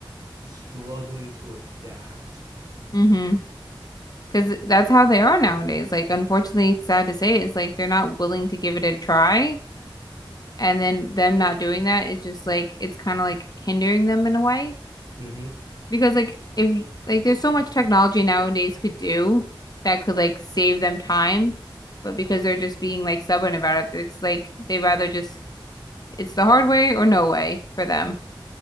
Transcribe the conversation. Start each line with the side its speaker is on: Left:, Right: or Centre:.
Right: struggling to adapt.
Left: mm-hmm, because that's how they are nowadays. Like, unfortunately, it's sad to say, is like they're not willing to give it a try, and then them not doing that is just like it's kind of like hindering them in a way
Right: Mm-hmm.
Left: because like if like there's so much technology nowadays could do that could like save them time. But because they're just being like stubborn about it, it's like they rather just It's the hard way or no way for them,